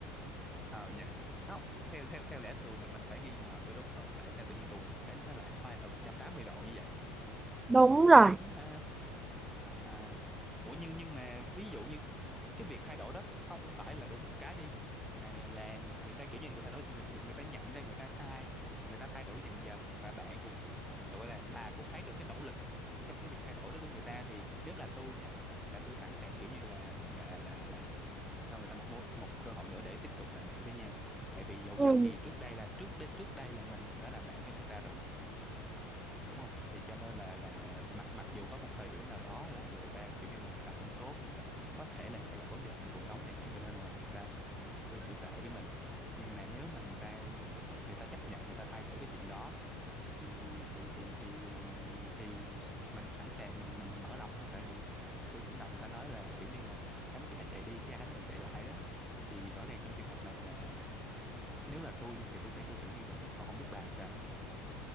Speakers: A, in the centre; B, on the right.
A: ờ nhỉ không theo theo theo lẽ thường là mình phải nghi ngờ mới đúng ừ tại sao tự nhiên đùng một cái nó lại thay đổi 180 độ như vậy
B: Đúng
A: cũng
B: rồi.
A: đúng ha à ủa nhưng nhưng mà ví dụ như cái việc thay đổi đó không phải là đùng một cái đi mà là người người ta kiểu như là người ta đổi người người người ta nhận ra người ta sai người ta thay đổi dần dần và bạn cũng gọi là bà cũng thấy được cái nỗ lực trong cái việc thay đổi đó của người ta thì nếu là tôi nha là tôi sẵn sàng kiểu như là là là là cho người ta một mối một cơ hội nữa để tiếp tục làm bạn với nhau tại vì dầu
B: Ừ.
A: dầu gì trước đây là trước đây trước đây là mình cũng đã làm bạn với người ta rồi đúng không thì cho nên là là mặc mặc dù có một thời điểm nào đó là người ta kiểu như là người ta không tốt người ta có thể là người ta gặp vấn đề trong cuộc sống chẳng hạn cho nên là người ta cư xử tệ với mình nhưng mà nếu mà người ta người ta chấp nhận người ta thay đổi cái chuyện đó thì thì thì thì ừm, thì mình sẵn sàng mình mình mở lòng thôi tại vì tôi cũng đọc người ta nói là kiểu như là đánh kẻ chạy đi chứ ai đánh người chạy lại đó thì rõ ràng trong trường hợp này là nếu là tôi nha thì tôi sẽ cư xử như vậy còn không biết bà làm sao không